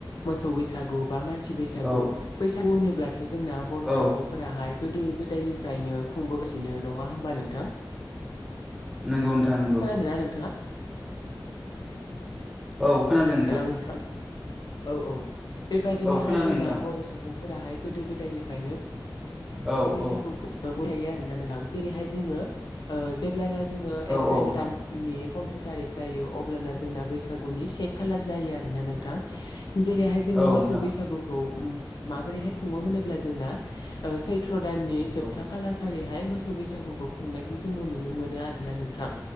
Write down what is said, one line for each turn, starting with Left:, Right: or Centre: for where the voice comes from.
Left: मोसौ बैसागु बा मानसि बैसागु
Centre: औ
Left: बैसागु होनोब्ला थ' जोंना बर'
Centre: औ
Left: सुबुंफोराहाय गोदो-गोदायनिफ्रायनो खुंबोगासिनो नङा होमबा नोंथां?
Centre: नोंगौ नोंथां नोंगौ
Left: खोनादोंना
Centre: ।
Left: नोंथाङा
Centre: औ खोनादों
Left: हेलौ नोंथां औ औ । बेबायदिनोहाय
Centre: औ खोनादों
Left: जोंना
Centre: नोंथां
Left: बर' सुबुंफोराहाय गोदो-गोदायनिफ्रायनो
Centre: औ
Left: बैसागुखौ
Centre: औ
Left: <unintelligible> फायो आरोना नोंथां जेरैहाय जोङो ओ जेब्लाना जोङो
Centre: औ
Left: एप्रिल
Centre: औ नोंथां
Left: दाननि फन्द्र' थारिख जायो अब्लाना जोंना बैसागुनि से खालार जायो आरोना नोंथां । जेरैहाय जोङो
Centre: औ
Left: मोसौ
Centre: नोंथां
Left: बैसागुखौ माबोरैहाय खुङो होनोब्ला जोंना ओ सै थ्र दाननि जोबथा
Centre: औ
Left: खालारखालिहाय मोस बैसागुखौ खुंनायखौ जोङो नुनो मोनो आरोना नोंथां